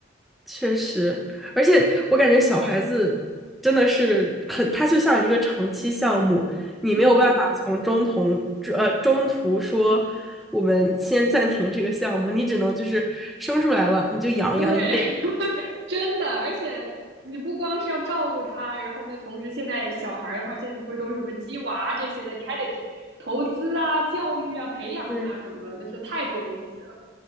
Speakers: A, in the centre; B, on the right.
A: 确实，而且我感觉小孩子真的是很，他就像一个长期项目，你没有办法从中途
B: 嗯，
A: 呃中途说我们先暂停这个项目，你只能就是生出来了你就养养一辈子。
B: 对，<laughs> 真的，而且你不光是要照顾他，然后呢，同时现在小孩儿的话，现在不是都是什么鸡娃这些的，你还得投资啊、教育啊、培养他什么的，
A: 对，
B: 就是太多东西了。